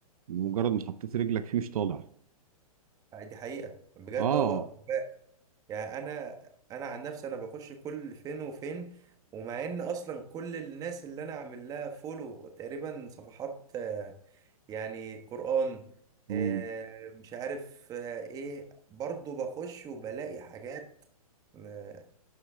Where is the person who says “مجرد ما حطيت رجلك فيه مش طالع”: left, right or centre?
Right